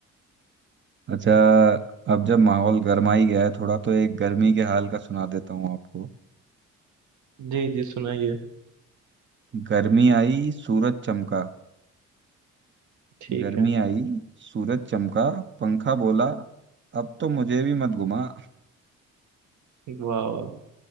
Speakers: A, on the right (about 40°); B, on the right (about 75°).
A: अच्छा अब जब माहौल गर्मा ही गया है थोड़ा तो एक गर्मी के हाल का सुना देता हूँ आपको
B: जी जी सुनाइए
A: गर्मी आई सूरज चमका
B: ठीक
A: गर्मी
B: है
A: आई सूरज चमका पंखा बोला अब तो मुझे भी मत घुमा
B: वाह वाह